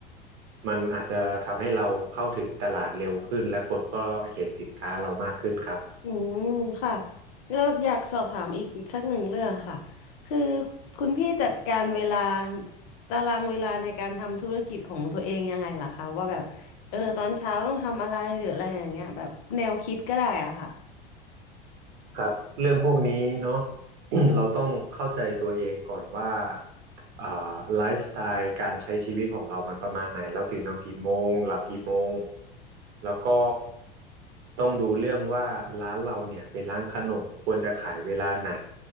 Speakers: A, on the right; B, on the left.
A: มันอาจจะทำให้เราเข้าถึงตลาดเร็วขึ้นและคนก็เห็นสินค้าเรามากขึ้นครับ
B: อืมค่ะแล้วอยากสอบถามอีกสักหนึ่งเรื่องค่ะคือคุณพี่จัดการเวลาตารางเวลาในการทำธุรกิจของตัวเองยังไงล่ะคะว่าแบบเออตอนเช้าต้องทำอะไรหรืออะไรอย่างเงี้ยแบบแนวคิดก็ได้อ่ะค่ะ
A: ครับเรื่องพวกนี้เนาะ <clears throat> เราต้องเข้าใจตัวเองก่อนว่าอ่าไลฟ์สไตล์การใช้ชีวิตของเรามันประมาณไหนเราตื่นนอนกี่โมงหลับกี่โมงแล้วก็ต้องดูเรื่องว่าร้านเราเนี่ยเป็นร้านขนมควรจะขายเวลาไหน